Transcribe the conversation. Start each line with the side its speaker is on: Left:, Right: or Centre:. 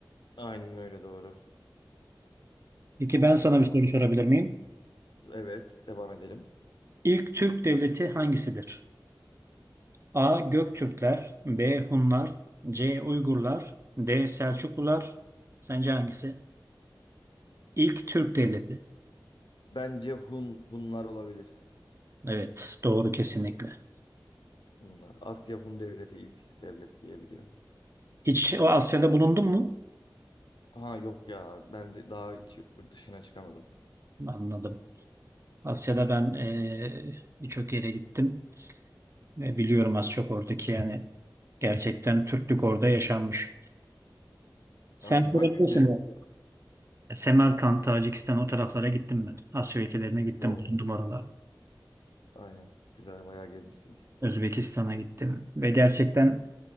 Left: Aynen öyle doğru.
Right: Peki ben sana
Left: Tamam.
Right: bir soru sorabilir miyim?
Left: Evet devam edelim.
Right: İlk Türk devleti hangisidir? A. Göktürkler, B. Hunlar, C. Uygurlar, D. Selçuklular. Sence hangisi? İlk Türk devleti.
Left: Bence Hun, Hunlar olabilir.
Right: Evet, doğru kesinlikle.
Left: Bunlar Asya Hun Devleti ilk devlet diye biliyorum.
Right: Hiç o Asya'da bulundun mu?
Left: Ha yok ya ben de daha hiç yurt dışına çıkamadım.
Right: Anladım. Asya'da ben eee, birçok yere gittim ve biliyorum az çok oradaki yani gerçekten Türklük orada yaşanmış. Sen
Left: Aynen.
Right: sorabilirsin
Left: Hangi ülkelere gittin?
Right: ya. Semerkant, Tacikistan o taraflara gittim ben. Asya ülkelerine gittim,
Left: Oo,
Right: bulundum oralarda.
Left: aynen. Güzel bayağı gezmişsiniz.
Right: Özbekistan'a gittim ve gerçekten